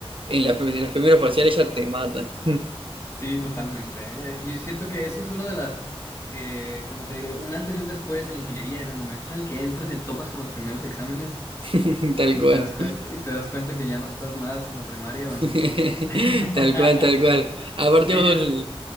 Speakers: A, on the right; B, on the left.
A: en, la- en los primeros parciales ya te mata. <laughs>
B: Sí, totalmente. ¿eh? Yo siento que eso es una de las, eh, como te diré, un antes y un después en la ingeniería, en el momento en el que entras y te topas con los primeros exámenes
A: <laughs> Tal
B: y
A: cual.
B: te das cuenta, y te das cuenta que ya no estás más en la primaria
A: <laughs>
B: o en... <laughs>
A: Tal cual, tal cual. Aparte
B: Sí,
A: vos,
B: es-
A: el-